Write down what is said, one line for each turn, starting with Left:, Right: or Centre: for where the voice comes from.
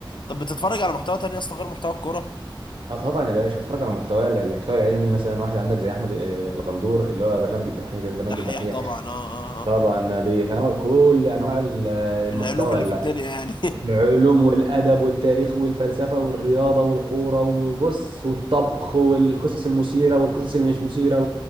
Left: طب بتتفرج على محتوى تاني يا اسطى غير محتوى الكوره
Right: اه طبعا يا باشا اتفرج على المحتوى المحتوى العلمي مثلا واحد عندك زي احمد آه، الغندور اللي هو برنامج الدحيح بيعمل
Left: ده
Right: برنامج
Left: حقيقة
Right: الدحيح
Left: طبعا اه اه اه
Right: طبعا بيتناول كل انواع ال- آه، المحتوى
Left: العلوم اللي
Right: ال-
Left: في الدنيا يعني
Right: العلوم والادب والتاريخ والفلسفه والرياضه والكوره وبص والطبخ والقصص المثيره والقصص اللي مش مثيره